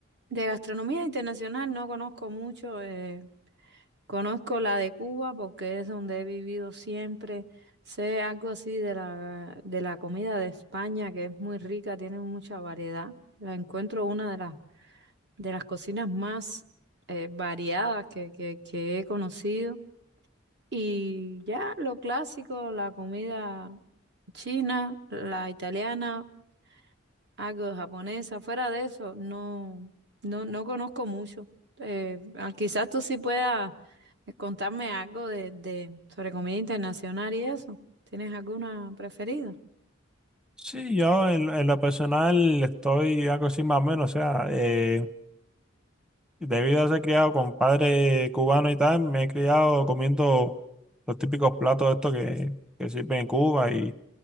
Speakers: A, on the right; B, in the centre.
A: de gastronomía internacional no conozco mucho. eh, conozco la de Cuba porque es donde he vivido siempre. Sé algo así de la, de la comida de España que es muy rica, tiene mucha variedad. La encuentro una de las, de las cocinas más eh, variadas que, que, que he conocido. Y ya lo clásico, la comida china, la italiana algo de japonesa. Fuera de eso, no, no, no conozco mucho. Eh, ah, quizás tú sí puedas eh, contarme algo de, de sobre comida internacional y eso. ¿Tienes alguna preferida?
B: Sí, yo en, en lo personal estoy algo así más o menos, o sea, eh, debido a ser criado con padre cubano y tal, me he criado comiendo los típicos platos estos que, que sirven en Cuba y